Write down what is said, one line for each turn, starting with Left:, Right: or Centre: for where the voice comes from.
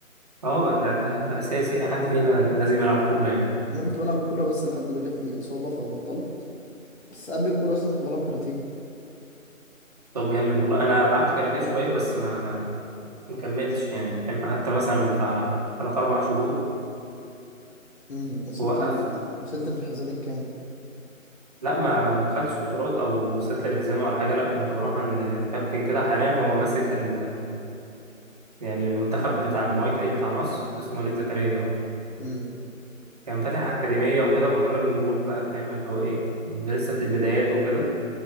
Right: اه لا ده اساسي اي حد فينا كان لازم يلعب كوره يعني
Left: وأنا كنت بلعب كورة بس لحد ما جات لي إصابة فبطلت بس قبل الكورة أصلا كنت بلعب كاراتيه
Right: طب جامد والله انا لعبت كاراتيه شويه بس ما ما كملتش يعني فاهم قعدت مثلا بتاع 3 4 شهور
Left: امم وصلت
Right: ووقفت
Left: ال... وصلت للحزام الكام؟
Right: لا ما ما دخلتش بطولات او وصلت للحزمه ولا حاجه لا كنت بروح عند كابتن كده حاليا هو ماسك ال... يعني المنتخب بتاع المواي تاي بتاع مصر اسمه وليد زكريا هو
Left: امم
Right: كان فاتح اكاديميه وكده فكنا بنروح بقى فاهم اللي هو ايه يعني لسه في البدايات وكده